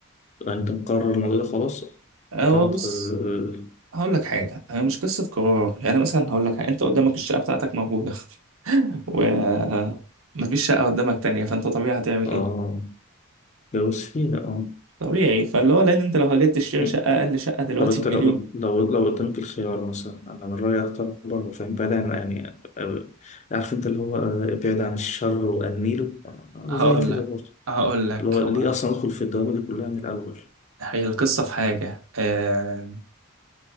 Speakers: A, on the left; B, on the right.
A: انت مقرر الموضوع ده خلاص
B: هو
A: قطعت
B: بص
A: اه
B: هقول لك حاجة هي مش قصة قرار يعني مثلا هقول لك حاجة. أنت قدامك الشقة بتاعتك موجودة <laughs> ومفيش شقة قدامك تانية فأنت طبيعي هتعمل
A: آه،
B: إيه؟
A: جواز فيه لا اه
B: طبيعي فاللي هو لأن أنت لو هجيت تشتري
A: مم.
B: شقة أقل شقة دلوقتي
A: طب انت
B: بمليون
A: لو لو لو قدامك الخيار مثلا انا من رايي اختار بره فاهم بعيد عن يعني آه، عارف انت اللي هو آه، ابعد عن الشر وانيله آه،
B: هقول
A: زي كده
B: لك
A: برضه
B: هقول لك
A: اللي هو
B: هو
A: ليه اصلا ادخل في الدوامه دي كلها من الاول
B: هي القصة في حاجة آه